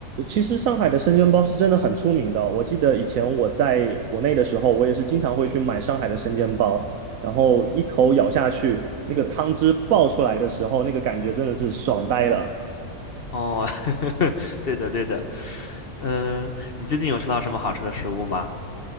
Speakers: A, on the right (about 65°); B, on the left (about 45°).
A: 其实上海的生煎包是真的很出名的哦我记得以前我在国内的时候，我也是经常会去买上海的生煎包，然后一口咬下去，那个汤汁爆出来的时候，那个感觉真的是爽呆了。
B: 哦，<laughs> 对的对的。嗯，你最近有吃到什么好吃的食物吗？